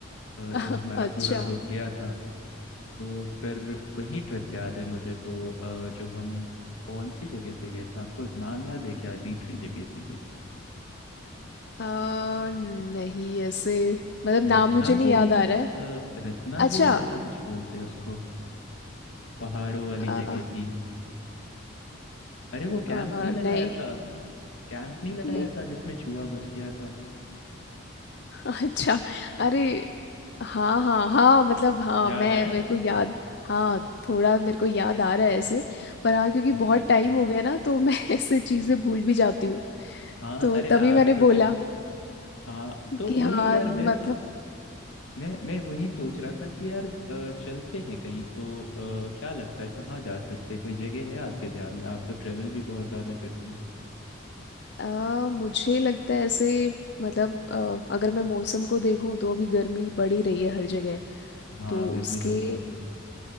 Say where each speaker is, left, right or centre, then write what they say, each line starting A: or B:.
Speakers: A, on the left (about 75°); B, on the left (about 55°).
A: अ,
B: <laughs>
A: जो हमारा
B: अच्छा
A: पूरा ग्रुप गया था तो फिर वही ट्रिप याद है मुझे तो अ, जो हम कौन सी जगह पे गए थे आपको नाम याद है क्या अजीब सी जगह थी
B: अ, नहीं ऐसे मतलब नाम
A: रत्नागिरी
B: मुझे नहीं याद आ रहा है
A: अ, रत्नागिरी
B: अच्छा
A: ऐसा कुछ बोलते हैं उसको पहाड़ों वाली
B: अ,
A: जगह थी अरे वो कैंप
B: अ,
A: नहीं लगाया
B: नहीं
A: था कैंप नहीं लगाया
B: नहीं
A: था जिसमें चूहा घुस गया था
B: <laughs> अच्छा अरे हाँ हाँ हाँ मतलब हाँ
A: याद
B: मैं
A: आया
B: मेरे को याद
A: हाँ
B: हाँ थोड़ा मेरे को याद आ रहा है ऐसे पर हाँ क्योंकि
A: ओके
B: बहुत टाइम हो गया ना तो मैं <laughs> ऐसे चीजें भूल भी जाती हूँ
A: हाँ
B: तो
A: अरे
B: तभी
A: आप
B: मैंने
A: तो
B: बोला
A: कित हाँ तो
B: कि
A: वही
B: हाँ
A: यार
B: मतलब
A: बेस्ट मैं मैं वही सोच रहा था कि यार अ, चलते हैं कहीं तो अ, क्या लगता है कहाँ जा सकते हैं? कोई जगह है आपके ध्यान में आप तो ट्रेवल भी बहुत ज्यादा करती हो
B: आ, मुझे लगता है ऐसे मतलब अ, अगर मैं मौसम को देखूं तो अभी गर्मी बढ़ी रही है हर जगह
A: हाँ
B: तो
A: गर्मी
B: उसके
A: तो बहुत